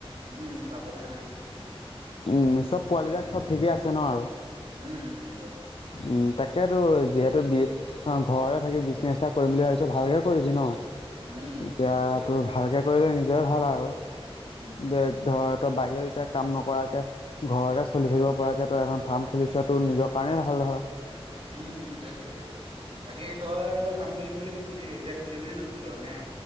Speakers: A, on the right; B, on the left.
A: উম পাবলৈ নাই ক ভূতিটো।
B: উম চব পোৱালিবিলাক
A: হেটো
B: চব
A: হৈছে।
B: ঠিকে আছে ন আৰু
A: উম ঠিক।
B: উম, তাকেতো যিহেতু বি ঘৰতে থাকি বিচ চেষ্টা কৰিম বুলি ভাবিছ ভালকে কৰিবি ন?
A: উম উম
B: এতিয়া
A: কৰিব লাগিব
B: তোৰ
A: সেইটোৱে
B: ভালকে কৰিলে নিজে ভাল আৰু।
A: উম উম
B: যে ধৰ তই বাহিৰত এতিয়া কাম নকৰাকে ঘৰতে চলি থাকিব পৰাকে তই এখন ফাৰ্ম খুলিছ তোৰ নিজৰ কাৰণেই ভাল ধৰ।
A: উম, সেইটোয়ে -সেইটোয়ে বাকী তই ফাৰ্ম খুলিম বুলি কৈছে যে খোলিবি নে নুখোল? নে